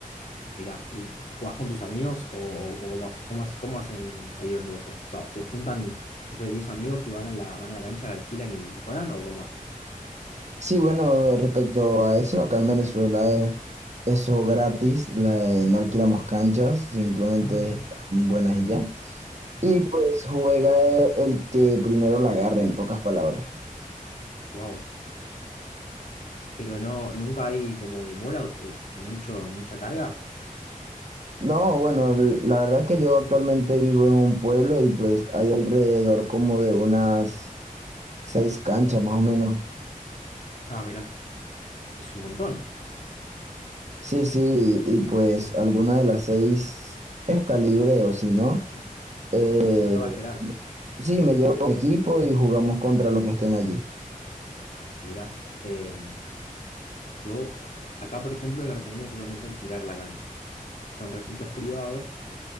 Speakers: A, on the left (about 55°); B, on the right (about 50°).
A: Mirá, ¿y jugás con tus amigos o, o- o cómo, ha- cómo ha- cómo hacen ahí donde vos sos? O sea, ¿se juntan, no sé, 10 amigos y van a la, van a la cancha, la alquilan y, y juegan o cómo hacen?
B: Sí, bueno, respecto a eso, acá en Venezuela es eso gratis, la- eh, no alquilamos canchas, simplemente
A: Ah, mira.
B: están buenas y ya. Y pues juega eh, el que primero la agarre, en pocas palabras.
A: Wow. Pero no, nunca hay como demora o, o mucho, mucha carga.
B: No, bueno, l- la verdad es que yo actualmente vivo en un pueblo y pues hay alrededor como de unas seis canchas más o menos.
A: Ah, mira. Es un montón.
B: Sí, sí, y, y pues alguna de las seis está libre o si no.
A: Ajá.
B: Eh,
A: O si no toca esperar.
B: sí, me llevo mi equipo y jugamos contra los que estén allí.
A: Mira. em, yo, acá por ejemplo en Argentina se usa mucho alquilar la cancha. Son recintos privados